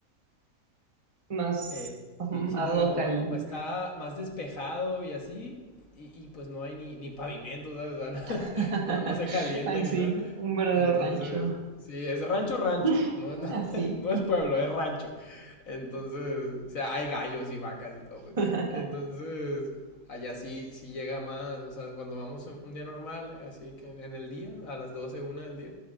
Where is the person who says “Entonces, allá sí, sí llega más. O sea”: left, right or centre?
Left